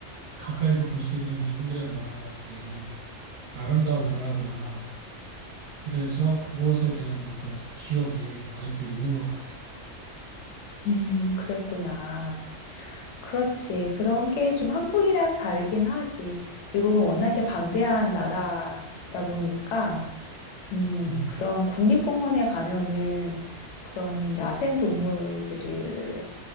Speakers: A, on the right; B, on the left.
A: 가까이서 볼 수 있는 미국이라는 나라가 되게 아름다운 나라구나. 그래서 그것에 대한 어떤 기억이 아직도 있는 것 같아.
B: 음, 그랬구나. 그렇지. 그런 게 좀 한국이랑 다르긴 하지. 미국은 워낙에 방대한 나라다 보니까, 음,
A: 음.
B: 그런 국립공원에 가면은 그런 야생 동물들을